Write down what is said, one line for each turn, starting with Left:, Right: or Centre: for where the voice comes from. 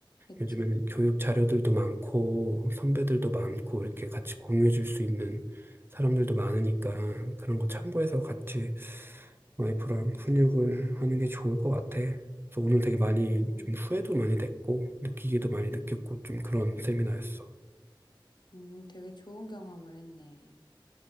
Left: 그치.
Right: 요즘에는 교육 자료들도 많고 선배들도 많고 이렇게 같이 공유해 줄 수 있는 사람들도 많으니까 그런 거 참고해서 같이 와이프랑 훈육을 하는 게 좋을 것 같아. 그래서 오늘 되게 많이
Left: 음,
Right: 좀 후회도 많이 됐고 느끼기도 많이 느꼈고 좀 그런 세미나였어.
Left: 음, 되게 좋은 경험을 했네.